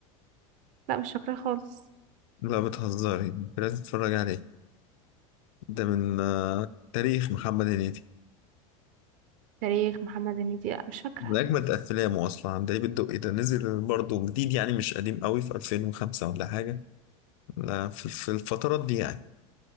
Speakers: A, on the right; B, on the left.
A: لا مش فاكره خالص
B: لا بتهزري لازم تتفرج عليه ده من آه، تاريخ محمد هنيدي
A: تاريخ محمد هنيدي لأ، مش فاكرة
B: ده أجمد أفلامه أصلا عندليب الدقي ده نزل برضه جديد يعني مش قديم قوي في 2005 ولا حاجة لا في في الفترات دي يعني